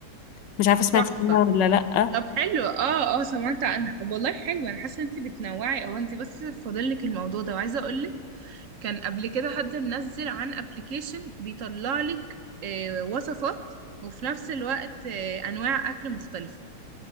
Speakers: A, on the left; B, on the right.
A: مش عارفة سمعتي
B: تحفه
A: عنها ولا لأ
B: طب حلو اه اه سمعت عنها طب والله حلو انا حاسه ان انت بتنوعي اهو انت بس فاضلك الموضوع ده وعايزه اقولك كان قبل كده حد منزل عن ابلكيشن بيطلع لك آه وصفات وفي نفس الوقت آه انواع اكل مختلفه